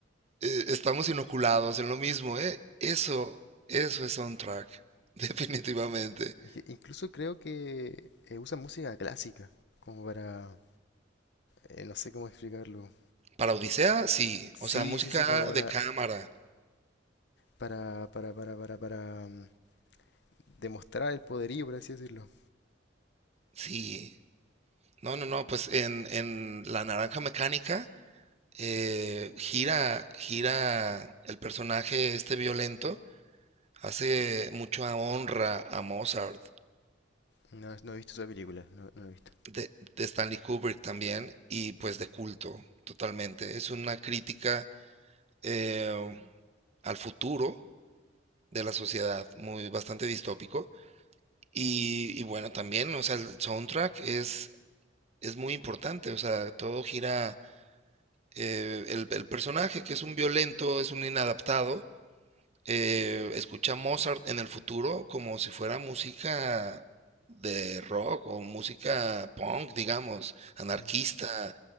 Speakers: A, on the right; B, on the left.
A: Eh, estamos inoculados en lo mismo, ¿eh? Eso, eso es soundtrack, <laughs> definitivamente.
B: Es que incluso creo que eh, usan música clásica como para... eh, no sé cómo explicarlo.
A: Para Odisea, sí.
B: Sí,
A: O sea, música
B: sí, sí, como para
A: de cámara,
B: para, para, para, para, para mm, demostrar el poderío, por así decirlo.
A: sí. No, no, no, pues en, en La Naranja Mecánica eh, gira, gira el personaje este violento, hace mucho a honra a Mozart,
B: No, no he visto esa película, no, no he visto.
A: de, de Stanley Kubrick también, y pues de culto, totalmente. Es una crítica eh, al futuro de la sociedad, muy bastante distópico. Y, y bueno, también, o sea, el soundtrack es, es muy importante, o sea, todo gira, eh, el, el personaje que es un violento, es un inadaptado, eh, escucha Mozart en el futuro como si fuera música de rock o música punk, digamos, anarquista,
B: Mm.